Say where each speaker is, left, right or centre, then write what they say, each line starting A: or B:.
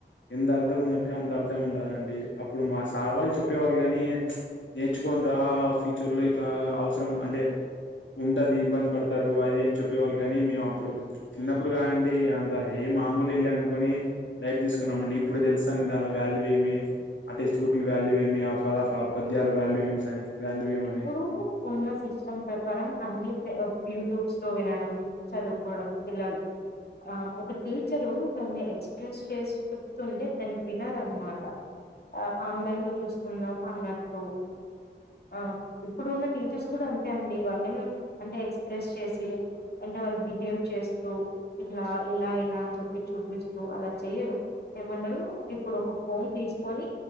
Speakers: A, on the left; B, on the left.
A: ఎంత అర్థం ఉందంటే అంత అర్థం ఉంటదండి అప్పుడు మా సార్ వాళ్ళు చెప్పేవాళ్ళు కాని నేర్చుకోని రా ఫ్యూచర్ లో ఇట్లా అవసరం అంటే ఉంటది ఇబ్బంది పడతారు అది అని చెప్పేవాళ్ళు కానీ మేము అప్పుడు చిన్నప్పుడు కాండి అంత ఏ మామూలు వెళ్ళి అనుకుని లైట్ తీసుకున్నాంమండి ఇప్పుడు తెలుసా దానిలో వాల్యూ ఏమి ఆ టెక్స్ట్ బుక్ల వాల్యూ ఏమి ఆ పద ఆ పద్యాల వాల్యూ ఏమి అని వాల్యూ ఏమని
B: ఇప్పుడు ఉన్న సిస్టమ్ ప్రకారం అన్ని పె ఒ యూట్యూబ్స్ లొ వినడం చదువుకోవడం పిల్లలు ఆ ఒక టీచరు దాన్ని ఎక్స్ప్రెస్ చేసి చెప్తుంటే దాన్ని వినరనమాట ఆన్లైన్ లో చూసుకుందాం అన్నట్టు ఆ ఇప్పుడు ఉన్న టీచర్స్ కూడా అంతే అండి వాళ్ళేమ అంటే ఎక్స్ప్రెస్ చేసి అంటే వాళ్ళు బిహేవ్ చేస్తూ ఇట్లా ఇలా ఇలా అని చెప్పి చూపిస్తూ అలా చెయరు ఏమంటారు ఇప్పుడు ఒక ఫోన్ తీసుకొని